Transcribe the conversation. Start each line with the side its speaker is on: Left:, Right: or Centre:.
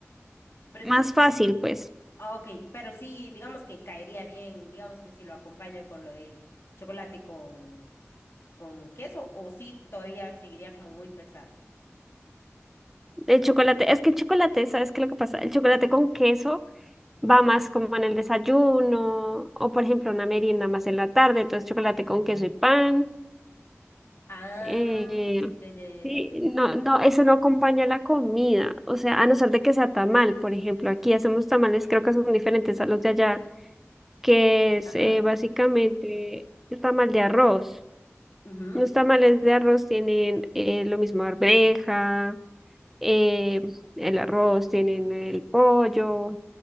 Left: Pero esto
Centre: más
Left: es
Centre: fácil, pues.
Left: Ah, Ok, pero sí, digamos que caería bien, digamos que si lo acompaño con lo del chocolate con, con queso, o sí todavía seguiría como muy pesado,
Centre: El chocolate, es que el chocolate, ¿sabes qué es lo que pasa? El chocolate
Left: ¿sí?
Centre: con queso va más como en el desayuno o, por ejemplo, una merienda más en la tarde, entonces chocolate con queso y pan.
Left: Ah,
Centre: eh,
Left: ya, ya, ya, ya,
Centre: Sí,
Left: ya.
Centre: no, no, eso no acompaña la comida, o sea, a no ser de que sea tamal, por ejemplo, aquí hacemos tamales, creo que son diferentes a los de allá, que es
Left: Ajá.
Centre: eh, básicamente el tamal de arroz.
Left: ujú,
Centre: Los tamales de arroz tienen eh, lo mismo arveja, eh, el arroz, tienen el pollo,